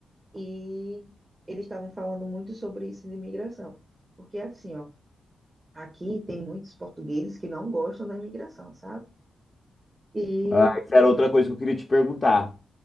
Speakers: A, on the right; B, on the left.
A: e eles estavam falando muito sobre isso de imigração. Porque assim, ó, aqui tem muitos portugueses que não gostam da imigração, sabe? e
B: Ah, isso era outra coisa que eu queria te perguntar.